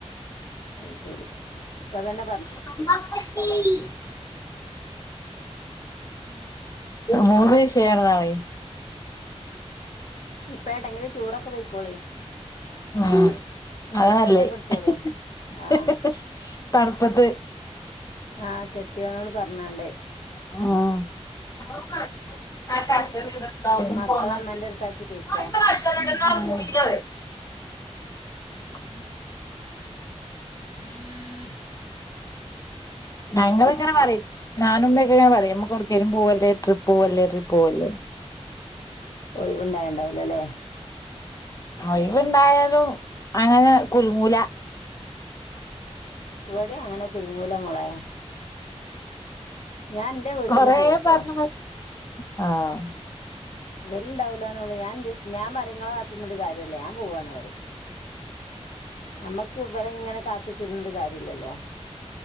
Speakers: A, on the left; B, on the left.
A: അയ്‌ശരി ഇപ്പൊതന്നെ
B: ഹി ഹി ഹി മൂന്ന് വിഷയാണ് നാളെ
A: ഇപ്പ എണ്ടങ്കിലും റ്റൂറോക്കെ പോയ്‌ക്കോളി
B: ആഹ്‌ അതാനല്ലത്
A: റിസോർട്ടൊക്കെ എടുത്തോളി
B: ഹ്
A: ആഹ്
B: ഹ് ഹ് തണുപ്പത്ത്
A: ആ കെട്ട്യോനോട് പർഞാണ്ട്
B: ഉം <unintelligible>
A: മക്കളെ അമ്മന്റെ അടുത്താക്കി പോയിക്കോ ഉം
B: ആ
A: ഹം
B: ഞങ്ങളിങ്ങനെ പറിം ഞാനു മ്യൊക്കെ ങ്ങനെ പറയും ഞമ്മക്ക് ഒരട്ക്കങ്കിലും പോവല്ലേ ട്രിപോവല്ലേ ട്രിപോവല്ലേ?
A: ഒഴിവുണ്ടായണ്ടാവുലലെ
B: ഓയ്‌വ്ണ്ടായാലും അങ്ങനെ കുൽങ്ങൂല
A: ഇവടിം അങ്ങനെ കുൽങ്ങൂല മോളെ ഞാൻ എന്റെ വീട്ടിന്ന്
B: കൊറേ
A: പോവുട്ടോ
B: പറഞ് മട് ആഹ്‌
A: ഇവര്ണ്ടാവൂലന്നൊള്ളു ഞാൻ ന്റെ ഇഷ് ഞാ പറിം ഞാ ഇങ്ങളെ കാത്ത് ന്ന്ട്ട് കാര്യല്ലഞാൻ പോവാണ്ന്നറിം ഞമ്മക്ക് ഇവരെങ്ങനെ കാത്ത് ത്തിരിന്നിട്ട് കാര്യല്ലല്ലോ